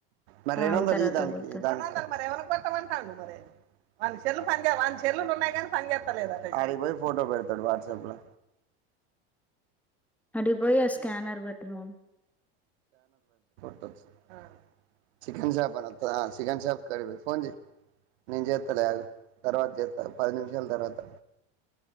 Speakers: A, on the right (about 80°); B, in the centre.
A: మరి రెండువందలు
B: ఆగు తర్వాత
A: యి దానికి
B: కొడతా
A: దానికి కొట్టమంటాడు మరి వాని సెల్లు పని వాని సెల్లులు ఉన్నాయి గాని పని జెత్తలేదంట మరి అడికిపోయ్ ఫోటో పెడతాడు వాట్సాప్లో
B: ఆడికిపోయి అ స్కానర్ పెట్టు మను
A: అ చికెన్ షాప్ కనవత్తద చికెన్ షాప్ కాడికి పోయి ఫోన్ జేయ్ నే జేత్తలే ఆగు తర్వాత జేత్త పది నిమిషాల తర్వాత